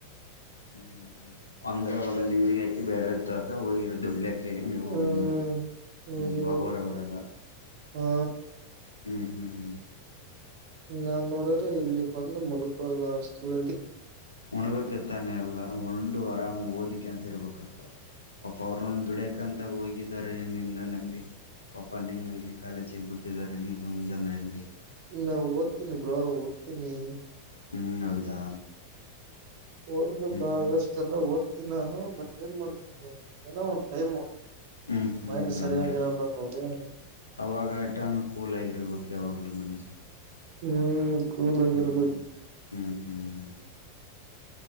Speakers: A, on the left; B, on the right.
A: ಹ್ಮ ಅಂದ್ರೆ ಒಲ್ಲ ಲಿಂಜಿಗಾಕಿ ಬೇರೆರ್ ಜೊತೆ ಹೋಗಿರ ದುಡ್ಲೆಕ. ತೆ ನೀವು
B: ಹ್ಮ್
A: ಒಂದು
B: ಹೋಗಿರೋದು
A: ನಿಮ್ ಬಾಬಾರವರೆಲ್ಲ.
B: ಹಾ
A: ಹ್ಮ್ ಹ್ಮ್.
B: ನಾನ್ ನೋಡ್ರೆ ಇಲ್ಲಿ ಬಂದು ಮುಲ್ಕಳದು ಹಾಸ್ಟೆಲ್ಲ್ಲಿ.
A: ಉಣ ಬೇಕು ತಾನೆ ಎಲ್ಲ ಉಂಡು ಅರಾಮ ಓದಿಕಾಂತೀರ್ಬೇಕಕ್ಪ್ಪ. ಪಾಪಾ ಅವರು ದುಡಿಯಕ ಅಂತ ಹೋಗಿದ್ದಾರೆ ನಿನ್ನ ನಂಬಿ. ಪಾಪ ನೀನು ಇಲ್ಲಿ ಕಾಲೇಜಿಗೆ ಬಿಟ್ಟಿದ್ದಿದ್ದಾರೆ ನೀನು ಹಿಂಗೆ ಅಂದರೆ ಹೆಂಗೆ.
B: ನಾ ಓದ್ತೀನಿ ಬ್ರೋ ಓದ್ತೀನಿ.
A: ಹ್ಮ್ ಹೌದಾ.
B: ಓದ್ಬೇಕಾಷ್ಟೆಲ್ಲ
A: ಹ್ಞೂ
B: ಓದ್ತೀನಿ ನಾನು ಬಟ್ ಏನ್ ಮಾಡ್ತನಿ. ಏನೋ ಒನ್ ಟೈಮ್.
A: ಹ್ಮ್ ಹ್ಮ್
B: ಮೈಂಡ್ ಸರಿಯಾಗಿರಲ್ಲ
A: ಅಂದ್ರೆ
B: ನೋಡಿ
A: ಅವಾಗ ಟೈಂ ಕೂಲ ಆಗ. ಇರ್ಬೇಕು ಯಾವಾಗಲು ಮನುಷ್ಯ.
B: ಹ್ಮ್ ಕುಲಾಗಿರ್ಬೇಕು.
A: ಹ್ಞೂ ಹ್ಞೂ ಹ್ಞೂ